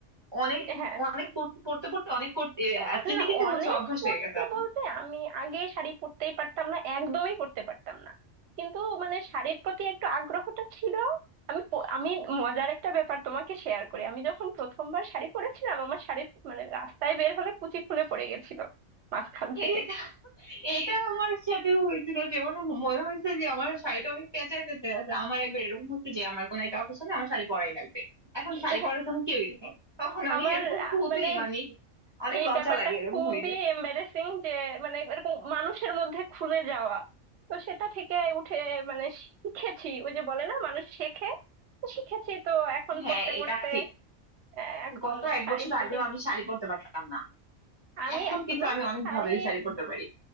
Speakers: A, on the right; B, on the right.
A: অনেক
B: হ্যাঁ
A: অনেক পড়তে পড়তে পড়তে অনেক করতে
B: না
A: কিনতে
B: না
A: কিনতে
B: অনেক
A: হচ্ছে অভ্যাস
B: পড়তে
A: হয়ে গেছে আপনার
B: বলতে আমি আগে শাড়ি পরতেই পারতাম না একদমই পরতে পারতাম না কিন্তু মানে শাড়ির প্রতি একটু আগ্রহটা ছিল আমি প- আমি মজার একটা ব্যাপার তোমাকে শেয়ার করি আমি যখন প্রথমবার শাড়ি পরেছিলাম আমার শাড়ির মানে রাস্তায় বের হলে কুচি খুলে পড়ে গেছিল মাঝখান থেকে
A: এটা এটা আমার সাথে হয়েছিল যেমন মনে হয়েছে যে আমার শাড়িটা অনেক প্যাঁচা প্যাঁচা আছে আমার একবার এরকম হচ্ছে যে আমার কোনো একটা অকেশনে আমার শাড়ি পরাই লাগবে এখন শাড়ি
B: হ্যাঁ,
A: পরার কোনো কেউই নেই তখন আমি
B: আমার
A: এরকম
B: আহ,
A: খুবই
B: মানে
A: মানে অনেক
B: এই
A: লজ্জা
B: ব্যাপারটা
A: লাগে এরকম
B: খুবই
A: হইলে
B: এম্বারেসিং যে মানে এরকম মানুষের মধ্যে খুলে যাওয়া তো সেটা থেকে উঠে মানে শিখেছি ওই যে বলে না মানুষ শেখে তো শিখেছি তো এখন
A: হ্যাঁ
B: পড়তে
A: এটা
B: পড়তে
A: ঠিক
B: আহ, এখন
A: গত এক
B: শাড়ির
A: বছর
B: প্রতি
A: আগেও আমি শাড়ি পরতে পারতাম না
B: আমি
A: এখন
B: এখনো
A: কিন্তু আমি অনেক
B: শাড়ি
A: ভাবেই শাড়ি পরতে পারি